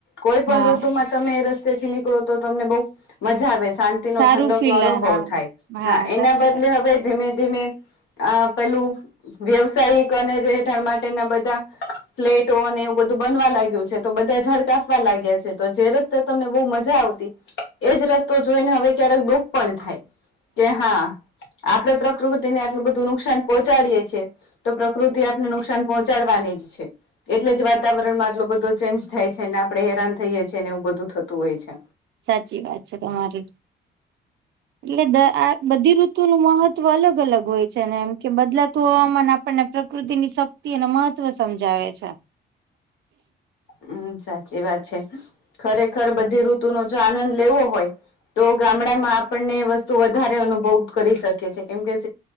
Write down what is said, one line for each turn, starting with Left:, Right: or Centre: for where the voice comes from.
Left: કોઈ
Right: હા
Left: પણ ઋતુમાં તમે રસ્તેથી નીકળો તો તમને બહુ મજા આવે શાંતિ
Right: સારું
Left: નો ઠંડક
Right: ફીલ
Left: નો અનુભવ
Right: હા
Left: થાય હા
Right: સાચી
Left: એના બદલે
Right: વાત
Left: હવે
Right: છે
Left: ધીમે ધીમે આ પેલું વ્યવસાયિક અને રહેેઠાણ માટેના બધા ફ્લેટો અને એવું બધું બનવા લાગ્યું છે તો બધા ઝાડ કાફવા લાગ્યા છે તો જે રસ્તે તમને બહુ મજા આવતી એજ રસ્તો જોઈને હવે ક્યારેક દુઃખ પણ થાય કે હા આપડે પ્રકૃતિને આટલું બધું નુકસાન પહોંચાડીયે છે તો પ્રકૃતિ આપને નુકસ નુકસાન પહોંચાડવાની જ છે. એટલે જ વાતાવરણમાં આટલો બધો ચેન્જ થાય છે ને આપણેે હેરાન થઈએ છીએ ને એવું બધું થતું હોય છે.
Right: સાચી વાત છે, તમારી એટલે આ બધી ઋતુ નુ મહત્વ અલગ અલગ હોય છે, ને એમ કે બદલાતું હવામાન આપને પ્રકૃતિની શક્તિ અને મહત્વ સમજાવે છે.
Left: હમ સાચી વાત છે, ખરેખર બધી ઋતુ નો જો આનંદ લેવો હોય તો ગામડામાં આપણને વસ્તુ વધારે અનુભવ કરી શકી છીએ કેમ કે